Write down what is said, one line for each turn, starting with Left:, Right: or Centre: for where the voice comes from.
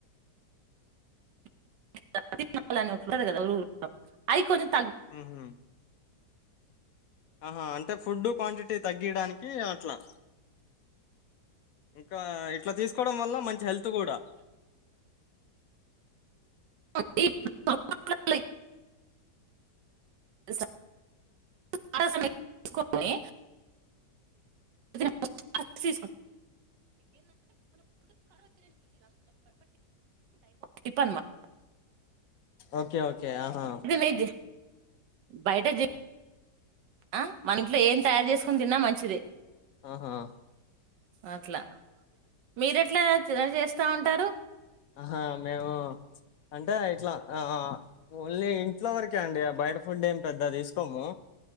Right: <inaudible>
Left: ఊహు ఆహా అంటే ఫుడ్డు క్వాంటిటీ తగ్గియడానికి, అట్లా ఇంకా ఇట్లా తీసుకోవడం వల్ల మంచి హెల్త్ కూడా
Right: తీసుకని <inaudible> టిప్ అనమాట
Left: ఓకే ఓకే ఆహా
Right: ఇది నేను బయట జ ఆ మన ఇంట్లో ఏం తయారు చేసుకుని తిన్నా మంచిదే
Left: ఆహా
Right: అట్లా మీరు ఎట్లా చే చేస్తా ఉంటారు.
Left: ఆహా మేము అంటే ఇట్లా ఆ ఓన్లీ ఇంట్లో వరకే అండి బయట ఫుడ్ ఏమి పెద్దగ తీసుకోము.